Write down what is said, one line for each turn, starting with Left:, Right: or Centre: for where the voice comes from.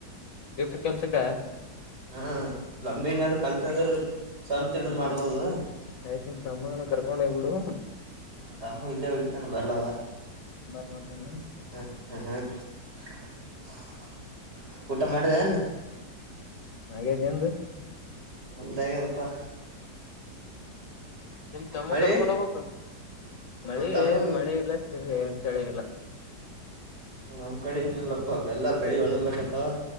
Left: ಲಿಫ್ಟ್ ಕೆಲ್ಸಕ್ಕಾ
Right: ಹ್ಮ ಪ್ಲಂಬಿಂಗ್ ಆದ ಕಲ್ತಂದ್ರ ಸ್ವಂತ ಹಿಡಿದ್
Left: ಹ್ಮ್
Right: ಮಾಡ್ಬೋದು.
Left: ಆಯ್ತ ನಿಮ್ಮತಮ್ಮಕರ್ಕೊಂಡ್ ಹೋಗ್ಬೀಡು.
Right: ತಮ್ಮ ಇದ್ದೇ ಹೋಡಿತಾನ ಬರ್ಲವ.
Left: ಬರ್ಲಾಂತನೇನ
Right: ಹೂ..... ಊ... <unintelligible> ಊಟ ಮಾಡಿದೆ ಏನ್?
Left: ಆಗಾದ ನಿಂದು
Right: ನಮ್ದ ಆಗ್ಯದಪ್ಪಾ
Left: ನಿಮ್ ತಮ್ಮ
Right: ಮಳಿ
Left: ಕರ್ಕೊಂಡ್ ಹೋಗ್ಬೇಕು ಮಳಿ
Right: ನಮ್ ತಮ್ಮ
Left: ಏನ್ ಮಳೆ ಇಲ್ಲ ಏನ್ ಚಳಿ ಇಲ್ಲ.
Right: ನಮ್ ಕಡೆಗಿನ ನಿಲ್ಲಪ್ಪ ಎಲ್ಲಾ ಬೆಳಿ ಒಣಗ್ಲಕ್ಕತ್ತಾವ.